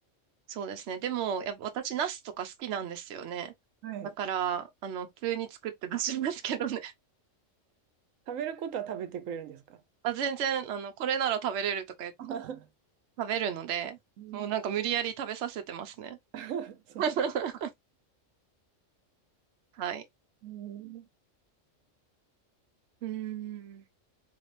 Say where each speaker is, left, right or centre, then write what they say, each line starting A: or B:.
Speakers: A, on the right (about 65°); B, on the right (about 90°).
A: そうですね。でも、やっぱ私、ナスとか好きなんですよね。
B: はい。
A: だから、あの、普通に作って出しますけどね。<laughs>
B: 食べることは食べてくれるんですか
A: あ、全然、あの、これなら食べれるとか言って
B: <laughs>
A: 食べるので、
B: うん
A: もうなんか無理やり食べさせてますね。
B: <laughs> そう。
A: <laughs> はい。
B: うん
A: うーん。